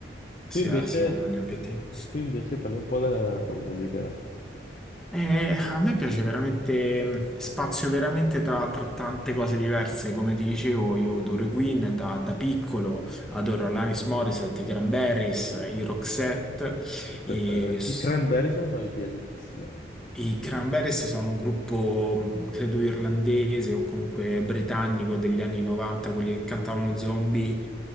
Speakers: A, in the centre; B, on the left.
A: sia,
B: Tu invece?
A: sia uno degli obiettivi.
B: Tu invece parli un po' della tua musica.
A: Eh, a me piace veramente, mh, spazio veramente tra, tra tante cose diverse, come ti dicevo, io adoro i Queen da, da piccolo, adoro Alanis Morissette, i Cranberries, i Roxette,
B: Aspetta,
A: e
B: eh.
A: s-
B: i Cranberries non ho idea di chi siano.
A: I Cranberries sono un gruppo, mh, credo irlandese o comunque britannico degli anni 90, quelli che cantavano Zombie.